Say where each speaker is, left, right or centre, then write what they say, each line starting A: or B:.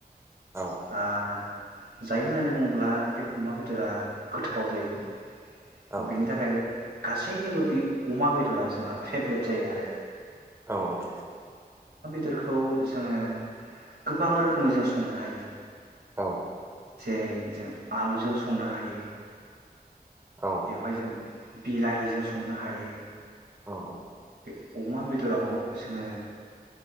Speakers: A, on the right; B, on the right.
A: औ
B: ओ जायो होनानै बुङोब्ला बे अमा बेदरा गोथाव जायो। थ'
A: औ
B: बेनि थाखाय गासैनोबो बे अमा बेदरा जोंहा फेब्रेट जायो आरो।
A: औ औ
B: दोरखौ जोङो गोबां रोखोमै जों संनो हायो।
A: औ
B: जेरै जों आलुजों संनो हायो।
A: औ
B: बेवहाय जों बिलाइजों संनो हायो।
A: औ औ
B: बे अमा बेदराव जोङो